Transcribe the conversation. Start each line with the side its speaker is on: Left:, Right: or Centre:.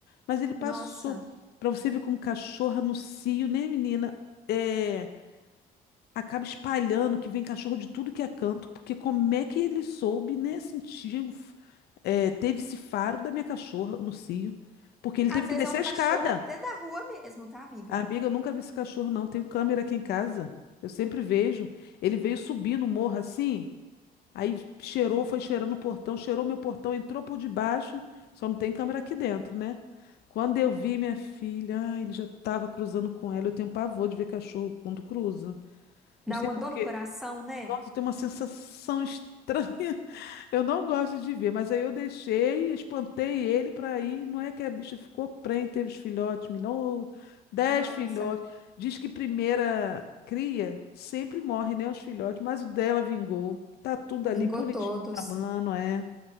Left: Mas ele passou.
Centre: Nossa,
Left: Pra você ver como cachorra no cio, né, menina? É, acaba espalhando que vem cachorro de tudo que é canto, porque como é que ele soube, né, sentir, um f- eh, teve esse faro da minha cachorra no cio, porque ele
Centre: às
Left: teve que
Centre: vezes
Left: descer
Centre: é um cachorro
Left: a escada.
Centre: até da rua mesmo, tá, amiga?
Left: Amiga, eu nunca vi esse cachorro, não. Tenho câmera aqui em casa. Eu sempre vejo. Ele veio subir no morro assim, aí cheirou, foi cheirando o portão, cheirou meu portão, entrou por debaixo, só não tem câmera aqui dentro, né? Quando eu vi minha filha, ah, ele já estava cruzando com ela. Eu tenho pavor de ver cachorro quando cruza. Não
Centre: Dá
Left: sei
Centre: uma
Left: por
Centre: dor
Left: quê.
Centre: no coração, né?
Left: Nossa, tem uma sensação estranha. <laughs> Eu não gosto de ver, mas aí eu deixei, espantei ele para ir. Não é que a bicha ficou prenhe, teve os filhotes, minou dez
Centre: Nossa,
Left: filhotes. Diz que primeira cria sempre morre, né, os filhotes, mas o dela vingou. Tá tudo ali
Centre: vingou
Left: bonitinho,
Centre: todos.
Left: a mano, é.